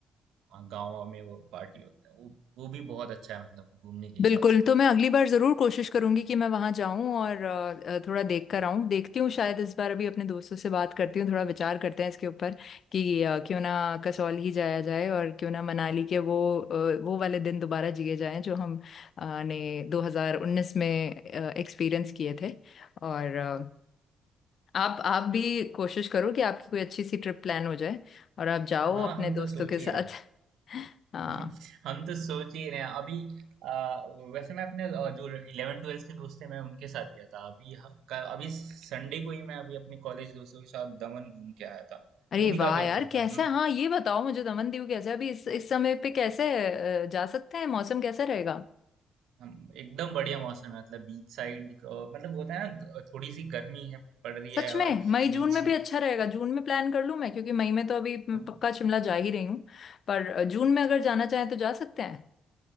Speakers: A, on the right; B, on the left.
A: हाँ गाँव में वो पार्टी होता है वो वो भी बहुत अच्छा है मतलब घूमने के हिसाब
B: बिल्कुल
A: से
B: तो मैं अगली बार ज़रूर कोशिश करूंगी कि मैं वहां जाऊं और अ, थोड़ा देख कर आऊं देखती हूँ शायद इस बार अभी अपने दोस्तों से बात करती हूँ थोड़ा विचार करते हैं इसके ऊपर कि अ, क्यों ना कसौल ही जाया जाए और क्यों ना मनाली के वो अ, वो वाले दिन दोबारा जिए जाएं जो हम अ, ने 2019 में एक्सपीरियंस किए थे और अ, आप आप भी कोशिश करो कि आपकी कोई अच्छी सी ट्रिप प्लान हो जाए और आप जाओ
A: हाँ
B: अपने
A: हम
B: दोस्तों
A: तो सोच
B: के साथ
A: ही रहे हैं
B: <laughs> हाँ
A: <laughs> हम तो सोच ही रहे हैं अभी आ, वैसे मैं अपने आ, जो इलेवन ट्वेल्थ के दोस्त थे मैं उनके साथ गया था अभी ह- क- अभी संडे को ही मैं अभी अपने कॉलेज दोस्तों के साथ दमन घूम के आया था
B: अरे
A: वो भी
B: वाह
A: काफी
B: यार
A: अच्छा
B: कैसा
A: था हम
B: है हाँ ये बताओ मुझे दमनदीव कैसा है अभी इस इस समय पे कैसे अ, जा सकते हैं मौसम कैसा रहेगा
A: हम- एकदम बढ़िया मौसम है मतलब बीच साइड मतलब होता है ना ग- थोड़ी सी गर्मी है पड़ रही
B: सच
A: है
B: में
A: और
B: मई जून
A: बीच
B: में भी
A: ही
B: अच्छा रहेगा जून में प्लान कर लूं मैं क्योंकि मई में तो अभी मैं
A: हाँ
B: पक्का शिमला जा ही रही हूँ पर अ, जून में अगर जाना चाहें तो जा सकते हैं